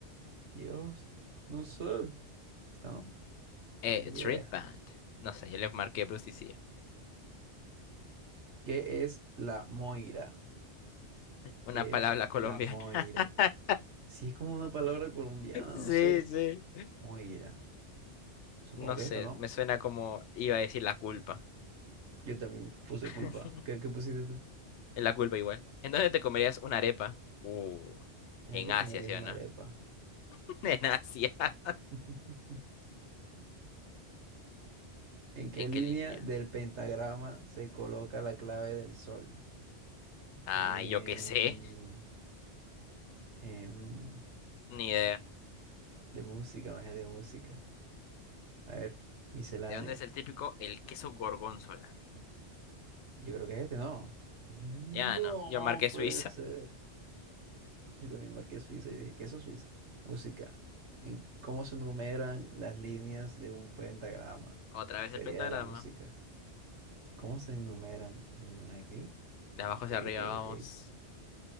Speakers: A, on the right; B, on the left.
A: Dios, no sé. ¿Esta no?
B: Eh,
A: Ni idea.
B: Street Band. No sé, yo le marqué Bruce y sí.
A: ¿Qué es la moira?
B: Una
A: ¿Qué
B: palabra
A: es
B: colombiana.
A: la moira?
B: <laughs>
A: Si es como una palabra colombiana, no
B: Sí,
A: sé.
B: sí.
A: Moira. Supongo
B: No
A: que
B: sé,
A: esto, ¿no?
B: me suena como iba a decir la culpa.
A: Yo también puse
B: <laughs>
A: culpa. ¿Qué, qué pusiste tú?
B: Es la culpa igual. Entonces te comerías una arepa. Uh,
A: Ahí
B: en
A: te
B: Asia,
A: comerías
B: ¿sí
A: una
B: o no?
A: arepa.
B: <laughs> En Asia.
A: <laughs> ¿En qué
B: ¿En
A: línea
B: qué línea?
A: del pentagrama se coloca la clave del sol?
B: Ah,
A: Em,
B: yo qué sé.
A: em,
B: Ni idea.
A: de música, magia de música. A ver, miscelánea.
B: ¿De dónde es el típico? El queso gorgonzola.
A: Yo creo que es este, ¿no? No
B: Ya, ¿no? Yo marqué
A: puede
B: Suiza.
A: ser. Yo también marqué Suiza y dije, ¿qué es eso, Suiza? Música. ¿En cómo se enumeran las líneas de un pentagrama?
B: Otra vez
A: Teoría
B: el pentagrama.
A: de la música. ¿Cómo se enumeran? Mm, ¿Así?
B: De abajo
A: Ok,
B: hacia arriba,
A: ok,
B: vamos.
A: ok.